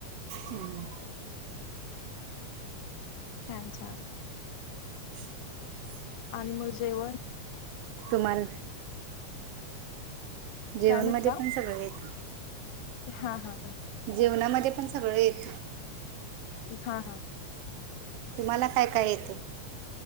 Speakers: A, on the right; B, on the left.
A: हम्म.
B: छानछान.
A: ह.
B: आणि मग जेवण.
A: तुम्हाला जेवणमध्येध्ये
B: काय म्हटला?
A: पण सगळं येत.
B: हा हा हा.
A: जेवणामध्ये पण सगळं येत.
B: हा हां.
A: तुम्हाला काय काय येतं?